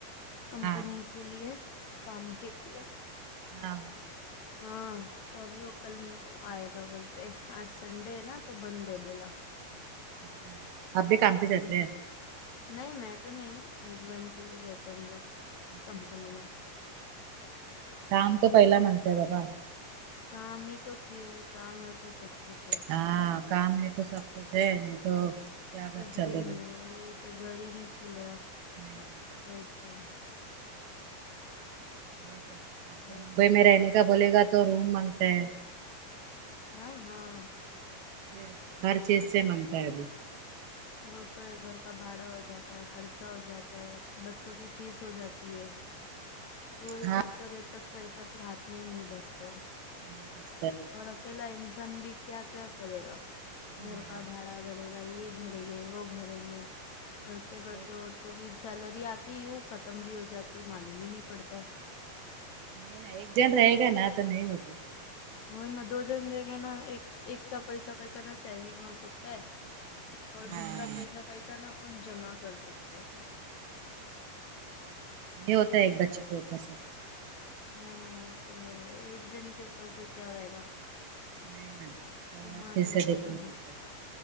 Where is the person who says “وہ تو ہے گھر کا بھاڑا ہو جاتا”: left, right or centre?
Left